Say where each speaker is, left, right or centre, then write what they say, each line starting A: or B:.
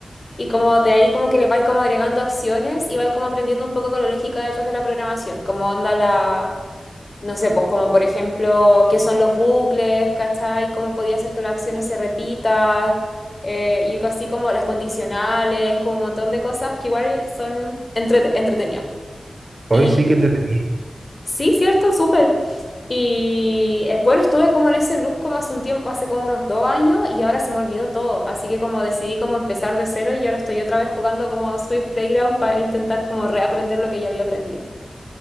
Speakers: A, on the left (about 35°); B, on the right (about 45°).
A: y como de ahí como que le vais como agregando acciones y vais como aprendiendo un poco con la lógica detrás de la programación, como onda la No sé, pues como por ejemplo, qué son los bucles, ¿cachai? ¿Cómo podía hacer que una acción se repita? eh, y así como las condicionales, como un montón de cosas que igual son entrete- entretenidas.
B: Hoy
A: Y
B: sí que entretenido,
A: sí, cierto, súper. Y eh, bueno, estuve como en ese loop como hace un tiempo, hace como unos dos años y ahora se me olvidó todo. Así que como decidí como empezar de cero y ahora estoy otra vez jugando como Swift Playground para intentar como reaprender lo que ya había aprendido.